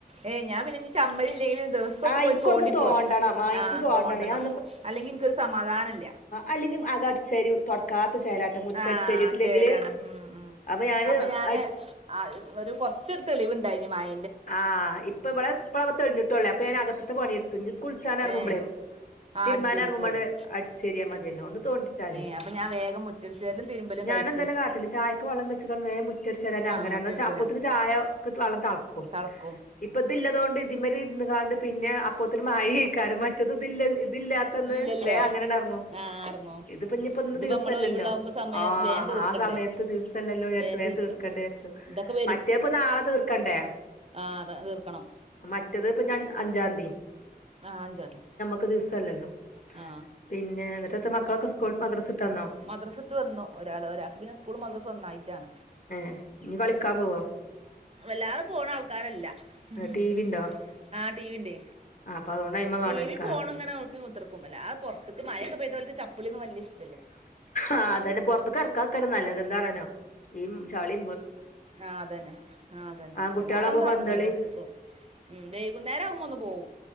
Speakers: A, on the right; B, on the left.
A: ഏ ഞാൻ പിന്നെ ഇ ചമ്മലില്ലെലും ദിവസം ഒന്ന്
B: ആഹ്
A: പോയി
B: ഇൻക്കൊന്ന്
A: തോണ്ടിപ്പോരും
B: തോണ്ടണം ഇൻക്കും
A: ആഹ് തോണ്ടണം
B: ഞാൻ
A: അല്ലെങ്കി ഇൻക്കൊരു സമാധാനല്ല.
B: അല്ലെങ്കി അക അടിച്ചേരി തൊടക്കാത്ത ചേലാട്ട മുറ്റ
A: ആ
B: അടിച്ചേരിട്ടില്ലെങ്കില്.
A: ചേലാണ് ഉം ഉം
B: അപ്പൊ
A: അപ്പ ഞാന്
B: അടി
A: ഒരു കുറച്ച് തെളിവുണ്ടായിന് മഴ
B: ആഹ് ഇപ്പ ഇവിടെ ഇപ്പള തെളിഞ്ഞിട്ടുള്ളേ അപ്പൊ ഞാന അകത്ത്ത്തെ പണി തു കുളിച്ചാനെർങ്ങുമ്പളേ
A: ഏ ആ
B: തിരുമ്പാനെറങ്ങുമ്പണ്ട്
A: അടിച്ചേരി പോരും
B: അടിച്ചേറിയാൽ മതിയല്ലോ ഒന്ന് തോണ്ടി താലേ
A: ഏ അപ്പൊ ഞാൻ വേഗം മുറ്റടിച്ചേരലും തിരുമ്പലും
B: ഞാനുതന്നെ
A: കഴിച്ച്
B: കാട്ടല് ചായക്ക് വള്ളം വെച്ചക്കണ്ട് വേ മുറ്റ റ്റട്ച്ചരാൻ
A: ആ
B: എറങ്ങാല
A: മുറ്റടിച്ച്
B: അപ്പോത്തിന് ചായ ക്ക് വെള്ളം തെളക്കും.
A: ക്കും
B: ഇപ്പ തില്ലതോണ്ട് ഇതിമ്മല് ര്ന്ന്ങ്ങാണ്ട് പിന്നെ അപ്പോത്തിന് മഴ ക്കാരം മറ്റത് ഇതില്ല ഇതില്ലാത്തന്ന്
A: ഇല്ലല്ലോ
B: വേ അങ്ങനെണ്ടെർങ്ങും
A: ആ ഇറങ്ങും
B: ഇത് പ് പിഞ്ഞിപ്പൊ ന്ന്
A: ഇതിപ്പോ
B: ദിവസല്ലല്ലോ
A: നമ്മൾ ഒഴിവുള്ളാവുമ്പോ സമയം
B: ആഹ്
A: വേഗം തീർക്കണ്ടേ
B: ആഹ് സമയത്ത് ദിവസല്ലല്ലോ ചാര്ച്ച്
A: വേഗം
B: വേം
A: തീർക്കണ്ടേ
B: തീർക്ക. നിക്ക വിരിച്ചു
A: ഇതൊക്കെ
B: മറ്റേപ്പൊ നാളെ തീർക്കണ്ടേ
A: ആ അത് തീർക്കണം..
B: മറ്റത് ഇപ്പൊ അഞ്ചാതി
A: ആ അഞ്ചതി
B: ക്കെ ദിവസല്ലല്ലൊ
A: ആ
B: പിന്നെ എന്നിട്ടൻത മക്കളൊക്കെ സ്കൂൾ മദ്രസ് വിട്ടന്നൊ
A: മദ്രസട്ടു വന്നു ഒരാൾ ഒരാൾക്ക് പിന്നെ സ്കൂള് മദ്രാസ ഒന്നായിട്ടാണ്..
B: ഏ ഇനി കളിക്കാൻ പോവോ
A: വല്ലാതെ പോണ ആൾക്കാരല്ല ഉം
B: ടി വി ഇണ്ടോ
A: ആ ടിവിന്റെ
B: ആഹ് അപ്പൊ അതോണ്ട് അയ്മെ കാണുവായിക്കാരം
A: ടി വി ഫോണും ഇങ്ങനെ നൊക്കി കുത്തിർക്കും വല്ലാതെ പൊറത്തക്ക് മഴൊക്കെ പെയ്താൽ ചപ്പിളിന്നും വല്യ ഇഷ്
B: ആ അതന്നെ പൊറത്ത്ക്ക റക്കാതാക്ക നല്ലത് എന്താറ്ഞ്ഞർനൊ ഈ ചളി
A: ആ അതന്നെ ആ് അതന്നെ
B: ആൺകുട്ടികളാവുമ്പോ
A: അല്ല വല്ലാതെങ്ങട്ട് എറങ്ങൂല
B: പന്തളി
A: പൊറത്ത്ക്ക് ഉം വൈകുന്നേരം ആമ്പോ ഒന്ന് പോവും